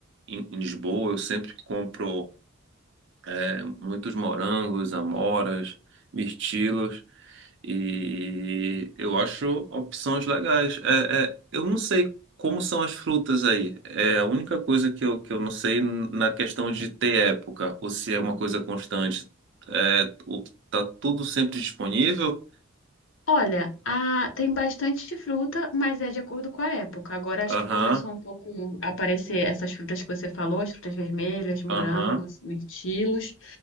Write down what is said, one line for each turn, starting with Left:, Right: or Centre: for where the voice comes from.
Right: em, em Lisboa. Eu sempre compro. É, muitos morangos, amoras, mirtilos. E eu acho opções legais. É, é, eu não sei como são as frutas aí. É a única coisa que eu, que eu não sei na questão de ter época, ou se é uma coisa constante. É, o- tá tudo sempre disponível?
Left: Olha, a- tem bastante fruta, mas é de acordo com a época. Agora acho
Right: Aham,
Left: que começou um pouco a aparecer essas frutas que você falou, as frutas vermelhas, morangos,
Right: aham,
Left: mirtilos.